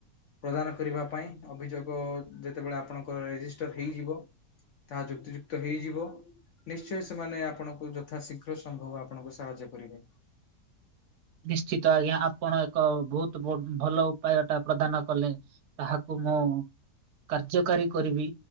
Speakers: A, on the left (about 65°); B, on the right (about 75°).
A: ପ୍ରଦାନ କରିବା ପାଇଁ ଅଭିଯୋଗ ଯେତେବେଳେ ଆପଣଙ୍କର ରେଜିଷ୍ଟର୍ ହେଇଯିବ। ତାହା ଯୁକ୍ତିଯୁକ୍ତ ହେଇଯିବ। ନିଶ୍ଚୟ ସେମାନେ ଆପଣଙ୍କୁ ଯଥା ଶୀଘ୍ର ସମ୍ଭବ ଆପଣଙ୍କୁ ସାହାଯ୍ୟ କରିବେ।
B: ନିଶ୍ଚିତ ଆଜ୍ଞା ଆପଣ ଏକ ବହୁତ ଭଲ ଉପାୟ ଟା ପ୍ରଦାନ କଲେ। ତାହାକୁ ମୁଁ କାର୍ଯ୍ୟକାରୀ କରିବି